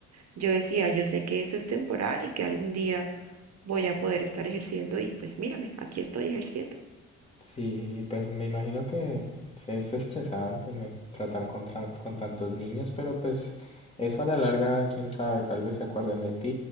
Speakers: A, on the right; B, on the left.
A: Yo decía, yo sé que esto es temporal y que algún día voy a poder estar ejerciendo y pues mírame, aquí estoy ejerciendo.
B: Sí, y pues me imagino que es estresante me- tratar con, tra- con tantos niños, pero pues eso a la larga, quién sabe, tal vez se acuerden de ti